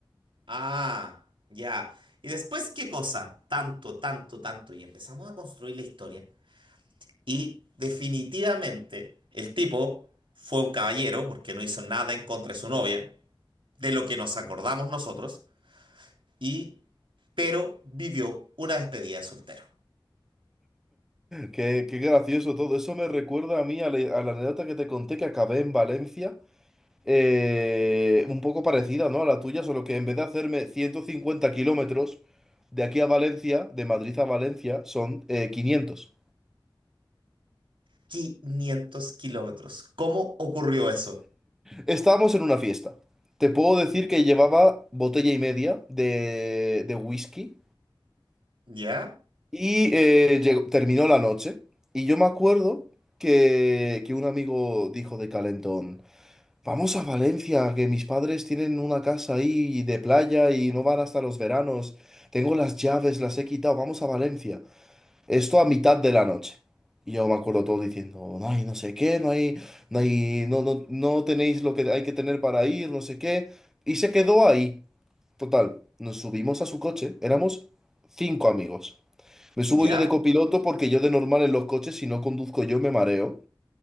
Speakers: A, on the right (about 75°); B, in the centre.
A: Ah, ya. ¿Y después qué cosa? Tanto, tanto, tanto. Y empezamos a construir la historia. Y definitivamente el tipo fue un caballero porque no hizo nada en contra de su novia, de lo que nos acordamos nosotros, y pero vivió una despedida de soltero.
B: Qué, qué gracioso todo. Eso me recuerda a mí a la, a la anécdota que te conté que acabé en Valencia, eh, un poco parecida, ¿no? a la tuya, solo que en vez de hacerme 150 kilómetros de aquí a Valencia, de Madrid a Valencia, son eh, 500.
A: 500 kilómetros. ¿Cómo ocurrió eso?
B: Estábamos en una fiesta. Te puedo decir que llevaba botella y media de, de whisky
A: ¿Ya?
B: y eh, llegó- terminó la noche. Y yo me acuerdo que, que un amigo dijo de calentón. Vamos a Valencia, que mis padres tienen una casa ahí de playa y no van hasta los veranos. Tengo las llaves, las he quitado, vamos a Valencia. Esto a mitad de la noche. Y yo me acuerdo todo diciendo, no hay no sé qué, no hay, no hay, no, no, no tenéis lo que hay que tener para ir, no sé qué. Y se quedó ahí. Total, nos subimos a su coche, éramos cinco amigos. Me subo
A: ¿Ya?
B: yo de copiloto porque yo de normal en los coches, si no conduzco yo, me mareo.